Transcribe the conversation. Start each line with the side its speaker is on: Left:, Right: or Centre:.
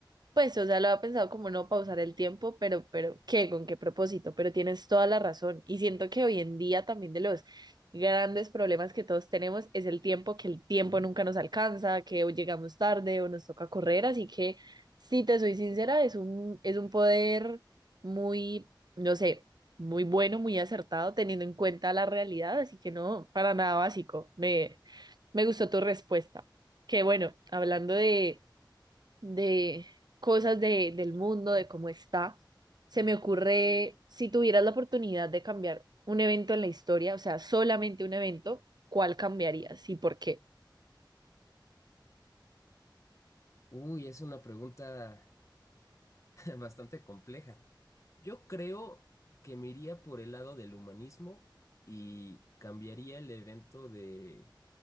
Right: Pues, o sea, lo había pensado como no pausar el tiempo, pero, pero, ¿qué? ¿Con qué propósito? Pero tienes toda la razón. Y siento que hoy en día también de los grandes problemas que todos tenemos es el tiempo, que el tiempo nunca nos alcanza, que o llegamos tarde o nos toca correr. Así que, si te soy sincera, es un, es un poder muy, no sé, muy bueno, muy acertado, teniendo en cuenta la realidad. Así que no, para nada básico. Me, me gustó tu respuesta. Que bueno, hablando de de cosas de, del mundo, de cómo está. Se me ocurre, si tuvieras la oportunidad de cambiar un evento en la historia, o sea, solamente un evento, ¿cuál cambiarías y por qué?
Left: Uy, es una pregunta <laughs> bastante compleja. Yo creo que me iría por el lado del humanismo y cambiaría el evento de,